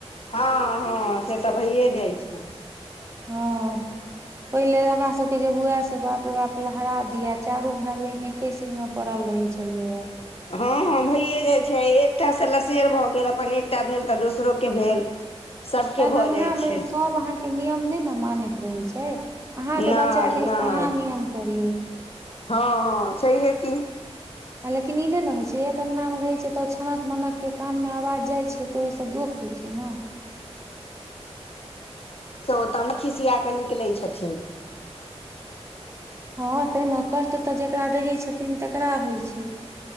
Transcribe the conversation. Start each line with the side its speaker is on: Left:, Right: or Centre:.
Left: हँ हँ से तऽ भइए जाइ छै
Right: हँ पहिले हमरा सबके जे हुए से बाप रे बाप लहरा दिया चारू भाय बहिने ए सिरमा पड़ल रहै छलियै ए
Left: हँ हँ भयए जाय छै एकटा से लसेर भऽ गेल अपन एकटा भेल तऽ दोसरो के भेल
Right: <inaudible>
Left: सभके
Right: तन
Left: भऽ
Right: अंगना
Left: जाइ
Right: मे
Left: छै
Right: सब अहा नियम नहि ने मानैत रहे छै अहाँ
Left: नहि
Right: के बच्चा के
Left: नहि
Right: तऽ अहाँ नियम करियौ
Left: हँ हँ छैहै कि
Right: आ लेकिन ई नहि ने होइ छै एक अंगना मे रहैत छै तऽ ओ छनक मनक के कान मे आवाज जाइत छै तऽ ओहिसँ दोख होइ छै न
Left: त ओ तऽमे खिसिया कऽ निकलै छथिन
Right: हँ ते ने कष्ट तऽ जेकरा रहै छथिन तकरा होइ छै